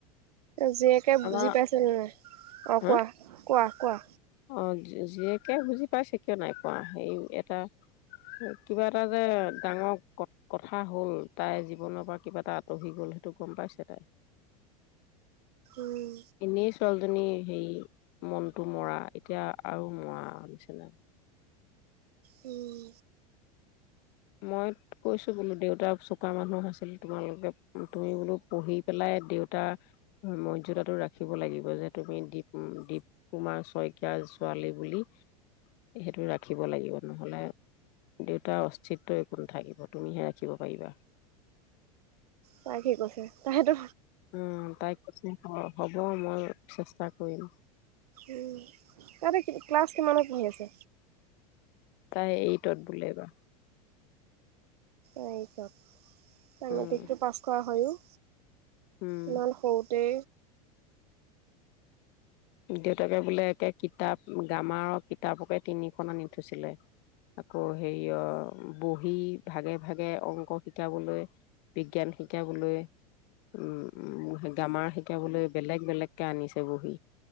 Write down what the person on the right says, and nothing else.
জীয়েকে
বুজি পাইছে নে নাই অ
কোৱা কোৱা কোৱা।
উম
উম।
তাই কি কৈছে তাই তো
উম তাই এতিয়া ক্লাছ কিমানত পঢ়ি আছে।
এইটত
মেট্ৰিকটো পাছ কৰা হয়ো।
ইমান সৰুতে